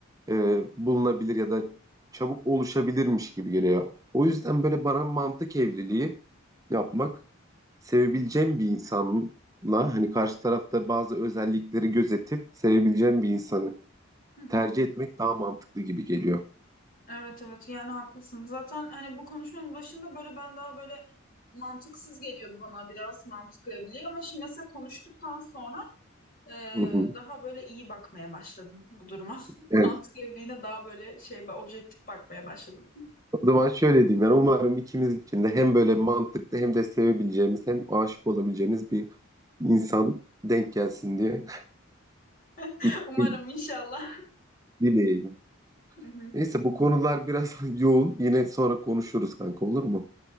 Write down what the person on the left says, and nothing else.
Hı hı.
Evet evet yani haklısın. Zaten hani bu konuşmanın başında böyle ben daha böyle mantıksız geliyordu bana biraz mantık evliliği ama şimdi mesela konuştuktan sonra e,
daha böyle iyi bakmaya başladım bu duruma. <laughs>
Mantık evliliğine daha böyle şey objektif bakmaya başladım.
<laughs>
Umarım inşallah.
<laughs> Hı hı.